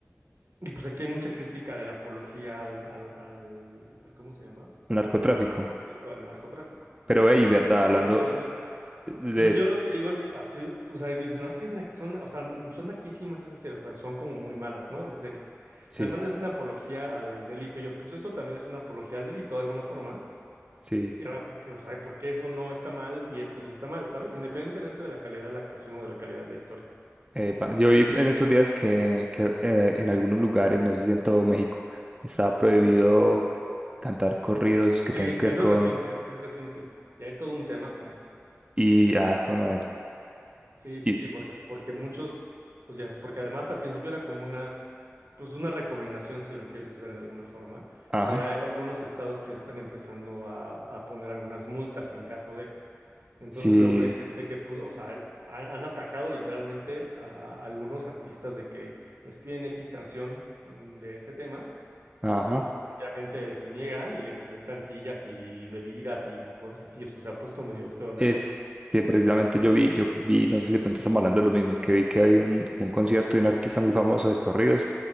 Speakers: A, on the right (about 65°); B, on the right (about 20°).
A: Y pues aquí hay mucha crítica de la apología al, al, al- ¿cómo se llama?
B: el
A: Al
B: narcotráfico.
A: delito, al narcotráfico,
B: Pero, ve, y verdad,
A: al
B: hablando
A: música y demás.
B: de
A: Entonces
B: eso,
A: yo lo que digo es hacer, o sea, y le dicen, no, es que es na- son, o sea, son naquísimas esas series, o sea, son como muy malas, ¿no? Esas series.
B: sí,
A: Y además le hacen apología al delito. Y yo, pues eso también es una apología al delito de alguna forma.
B: sí.
A: Y a lo mejor, pero, o sea, ¿por qué eso no está mal y esto sí está mal, ¿sabes? Independientemente de la calidad de la actuación o de la calidad de la historia.
B: epa, yo vi en estos días que, que eh, en algunos lugares, no sé si en todo México, está prohibido cantar corridos que
A: Sí.
B: tengan que
A: Eso
B: ver con...
A: es reciente, es reciente. Y hay todo un tema con eso.
B: Y, ah, jue madre.
A: Sí, sí,
B: Y,
A: sí, porque, porque muchos, pues ya, porque además al principio era como una, pues una recomendación si lo quieres ver de alguna forma,
B: ajá.
A: pero ya hay algunos estados que ya están empezando a, a poner algunas multas en caso de. Entonces
B: Sí,
A: luego hay gente que, pu- o sea, han, han atacado literalmente a, algunos artistas de que les piden X canción mm, de ese tema
B: Ajá.
A: y pues obviamente se niegan y les avientan sillas y bebidas y cosas así, o sea, se ha puesto medio feo la
B: Es
A: cosa.
B: que precisamente yo vi, yo vi, no sé si de pronto estamos hablando de lo mismo, que vi que había un, como un concierto de un artista muy famoso de corridos